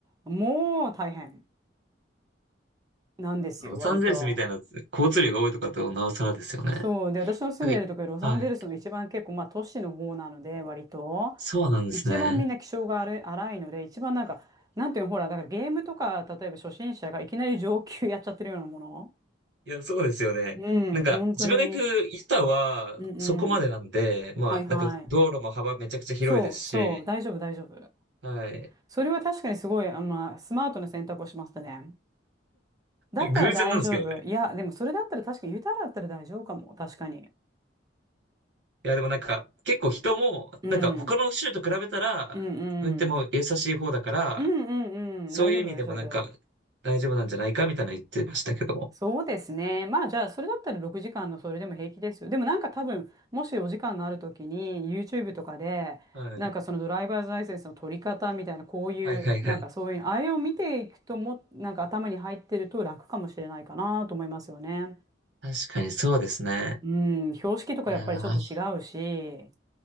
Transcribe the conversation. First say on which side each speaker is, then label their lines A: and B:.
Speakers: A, on the right; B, on the right.
A: う、もう大変なんですよ、
B: ロサンゼルスみたいな交通量が多いとかだとなおさらですよね。
A: 割と。そう。で、私の住んでるところ、
B: なんか、
A: ロサンゼルスの一番結構、
B: はい。
A: まあ都市の方なので、割と。
B: そうなんですね。
A: 一番みんな気性が荒い荒いので、一番なんか、なんていうの、ほら、だからゲームとか、例えば初心者がいきなり上級やっちゃってるようなもの。
B: いや、そうですよね。
A: うん、
B: なんか、
A: 本当に。
B: 自分が行くユタはそこまでなんで、
A: うんうん。
B: まあ、
A: はいはい。
B: なんか道路も幅めちゃくちゃ広いですし、
A: そうそう、大丈夫大丈夫。
B: はい。
A: それは確かにすごい、あ、まあ、スマートな選択をしましたね。だったら大丈夫。
B: 偶然なんですけどね。
A: いや、でもそれだったら確かに、ユタだったら大丈夫かも。確かに。
B: いや、でもなんか、結構人も、
A: うん。
B: なんか他の州と比べたら、
A: うん
B: 運転も優しい方だから、
A: うん。うんう
B: そういう意味でもなんか、
A: んうん。大丈夫大丈夫。
B: 大丈夫なんじゃないかみたいなの言ってましたけども。
A: そうですね。まあじゃあ、それだったら6時間のそれでも平気ですよ。でもなんか多分、もしお時間のあるときに YouTube とかで、
B: はい。
A: なんかそのドライバーズライセンスの取り方みたいな、こういう、
B: はいはいはい。
A: なんかそういうの、あれを見ていくとも、なんか頭に入ってると楽かもしれないかなと思いますよね。
B: 確かにそうですね。
A: うん、標識とかやっぱりちょっと違うし、
B: いやー、